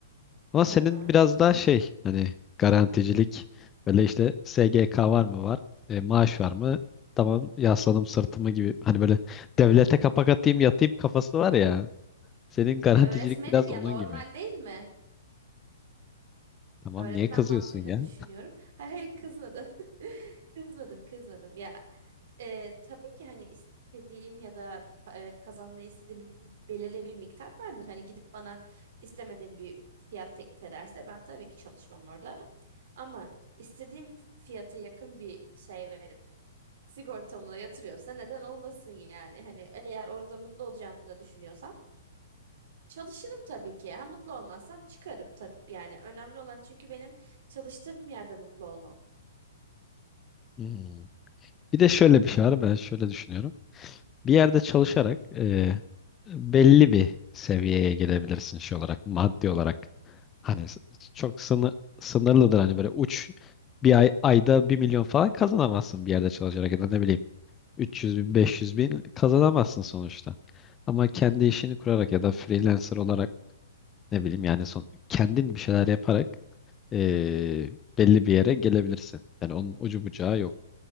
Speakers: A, on the left (about 20°); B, on the right (about 50°).
A: Ama senin
B: Aha.
A: biraz daha şey hani garanticilik böyle işte SGK var mı var e, maaş var mı tamam yasladım sırtımı gibi hani böyle devlete kapak atayım yatayım kafası var ya senin garanticilik
B: E öğretmenim
A: biraz
B: ya
A: onun
B: normal
A: gibi.
B: değil mi?
A: Tamam
B: Öğretmen
A: niye kızıyorsun
B: mantığıyla
A: ya?
B: düşünüyorum. Hayır hayır kızmadım. <laughs> Kızmadım kızmadım. Ya e, tabii ki hani istediğim ya da e, kazanmayı istediğim bir, belirli bir miktar vardır. Hani gidip bana istemediğim bir fiyat teklif ederse ben tabii ki çalışmam orada. Ama istediğim fiyata yakın bir şey verip sigortamla yatırıyorsa neden olmasın yani? Hani eğer orada mutlu olacağımı da düşünüyorsam Çalışırım tabii ki. Ha, mutlu olmazsam çıkarım tabii. Yani önemli olan çünkü benim çalıştığım yerde mutlu olmam.
A: Hmm. Bir de şöyle bir şey var ben şöyle düşünüyorum. bir yerde çalışarak e, belli bir seviyeye gelebilirsin şey olarak, maddi olarak. Hani s- çok sını- sınırlıdır hani böyle uç bir ay ayda bir milyon falan kazanamazsın bir yerde çalışarak ya da ne bileyim 300 bin 500 bin kazanamazsın sonuçta. Ama kendi işini kurarak ya da freelancer olarak ne bileyim yani son, kendin bir şeyler yaparak e, belli bir yere gelebilirsin. Yani onun ucu bucağı yok.